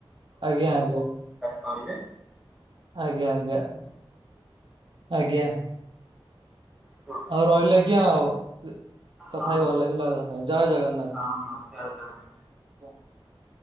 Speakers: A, on the right; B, in the centre.
A: ଆଜ୍ଞା ଆଞା।
B: କହିବେ
A: ଆଜ୍ଞା ଆଜ୍ଞା <unintelligible> ଆଜ୍ଞା।
B: କୁହନ୍ତୁ
A: ଆଉ ରହିଲି ଆଜ୍ଞା ଆଉ କଥା
B: ହଁ
A: ହେଇ
B: ହଁ
A: ଭଲ ଲାଗିଲା ଧନ୍ୟବାଦ୍ ଜୟ ଜଗନ୍ନାଥ।
B: ହଁ ହଁ ଜୟ ଜଗନ୍ନାଥ।
A: <inaudible>